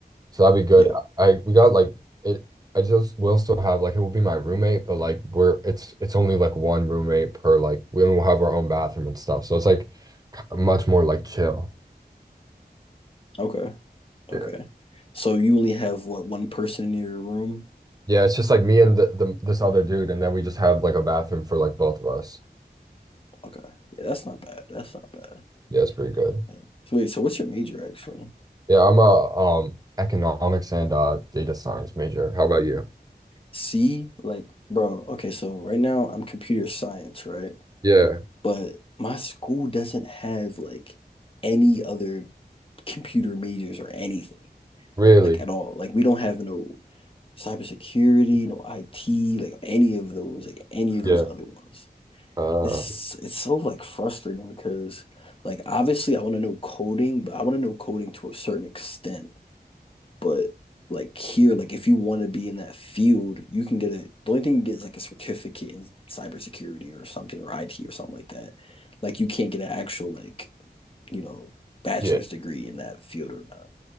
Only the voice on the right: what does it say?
So that'd be good.
I we got like it I just will still have like it will be my roommate, but like we're it's it's only like one roommate per like we will have our own bathroom and stuff. So it's like much more like chill.
Yeah.
Yeah, it's just like me and the, the this other dude and then we just have like a bathroom for like both of us.
Yeah, it's pretty good.
Yeah, I'm a um economics and uh data science major. How about you?
Yeah,
really.
Yeah.
Uh,
yeah.